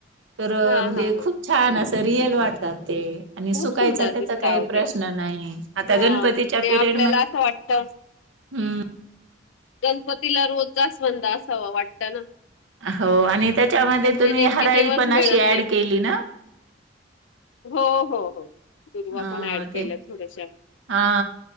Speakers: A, on the right; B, on the left.
A: तर
B: हा
A: म्हणजे
B: हा हा
A: खूप छान असं रिअल वाटतात ते आणि
B: खूप
A: सुकायचा
B: सुंदर
A: त्याचा
B: दिसत
A: काही
B: आहो
A: प्रश्न
B: ते
A: आता
B: हा
A: गणपतीच्या
B: आणि
A: परडी
B: आपल्याला असं वाटत
A: म
B: गणपतीला रोज जास्वंद असावा वाटतं ना
A: हो आणि त्याच्यामध्ये
B: आणि
A: तुम्ही
B: ते नेमके
A: हरळी
B: तेव्हाच
A: पण
B: मिळत
A: अशी
B: नाही
A: ऍड केली ना
B: हो हो हो दुर्वा
A: हा
B: पण ऍड केल्या
A: ते
B: थोड्याशा
A: हा